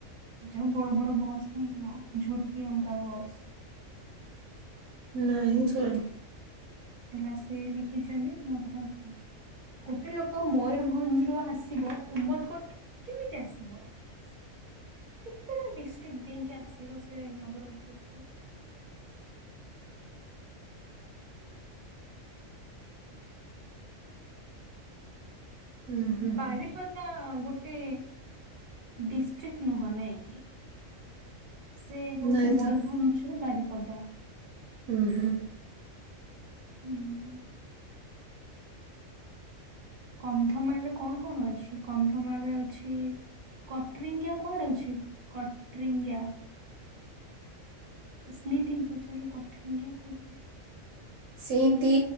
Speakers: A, on the right (about 50°); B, on the right (about 80°).
A: ଯୋଉ ବଡ ବଡ ବସ୍ ନାଇଁ କି ବା ଝୋଟି ଅଙ୍କା ବସ୍।
B: ନାହିଁ ଜାଣିନି।
A: ହେଲା ସେ ଲେଖିଛନ୍ତି ନବରଙ୍ଗପୁର। ଗୋଟେ ଲୋକ ମୟରଭଞ୍ଜ ରୁ ଆସିବ ଉମରକୋଟ କେମିତି ଆସିବ?
B: <inaudible>
A: କେତେଟା ଡିଷ୍ଟ୍ରିକ ଦେଇକି ଆସିବ ସେ ନବରଙ୍ଗପୁର କୁ?
B: <inaudible> ହୁଁ ହୁଁ
A: ବାରିପଦା
B: ହୁଁ
A: ଗୋ ଟେ ଡିଷ୍ଟ୍ରିକ୍ ନୁହଁ ନାଇଁକି? ସେ ହଉଛି
B: ନାଇଁ
A: ମୟୂରଭଞ୍ଜ
B: ତ
A: ର ବାରିପଦା।
B: ହୁଁ ହୁଁ।
A: ହୁଁ। କନ୍ଧମାଳରେ କଣ କଣ ଅଛି କନ୍ଧମାଳରେ ଅଛି। କଟ୍ରିଙ୍ଗୀଆ କୁଆଡେ ଅଛି କଟ୍ରିଙ୍ଗୀଆ। ଏ ସ୍ଲି ଥିଙ୍ଗ ପଚାରିଲୁ କଟରଙ୍ଗିଆ କୋଉଠି।
B: ସେଇତି।